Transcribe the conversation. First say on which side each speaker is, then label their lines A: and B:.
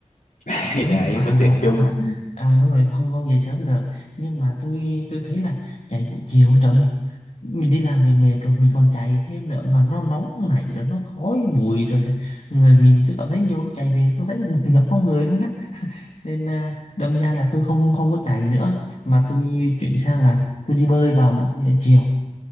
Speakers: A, on the left; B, on the left.
A: đấy,
B: <laughs> à,
A: đấy
B: à,
A: vấn đề chung
B: à, đúng rồi không không dậy sớm được nhưng mà tôi tôi thấy là chạy buổi chiều trời mình đi làm về mệt rồi mình còn chạy thêm nữa mà nó nóng này rồi nó khói bụi rồi kìa. người mình tôi cảm thấy nhiều lúc chạy về tôi thấy bực nhọc trong người luôn đó nên à, đâm ra là tôi không không có chạy nữa mà tôi chuyển sang là tôi đi bơi vào buổi ờ, chiều